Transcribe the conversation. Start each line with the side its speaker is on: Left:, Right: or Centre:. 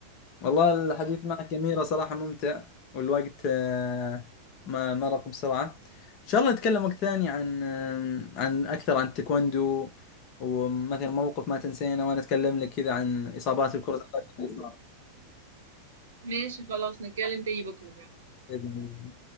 Left: والله الحديث معك يا أميرة صراحة ممتع والوقت آه، ما مرق بسرعة إن شاء الله نتكلم وقت ثاني عن آم، عن أكثر عن التايكوندو ومثلا موقف ما تنسينا وأنا أتكلم لك كذا عن إصابات الكرة القدم اللي صارت.
Right: ماشي خلاص نتكلم تاني بكرة
Left: بإذن الله